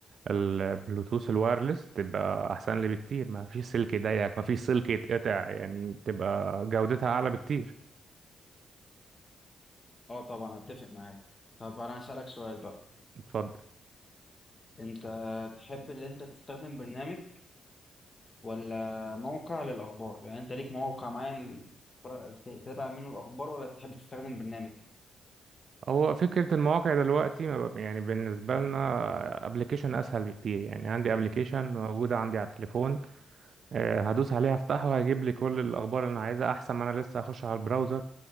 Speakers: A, on the right; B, on the left.
A: البلوتوث الوايرلس تبقى أحسن لي بكتير ما فيش سلك يضايقك ما فيش سلك يتقطع يعني تبقى جودتها أعلى بكتير
B: اه طبعا اتفق معاك طب انا هسألك سؤال بقى
A: اتفضل
B: انت تحب ان انت تستخدم برنامج ولا موقع للاخبار يعني انت ليك موقع معين تتابع منه الاخبار ولا تحب تستخدم برنامج
A: هو فكرة المواقع دلوقتي ما بقى- يعني بالنسبة لنا ابلكيشن اسهل بكتير يعني عندي ابلكيشن موجودة عندي على التليفون آه، هدوس عليه هفتحه هيجيب لي كل الاخبار اللي انا عايزها احسن ما انا لسه هخش على البراوزر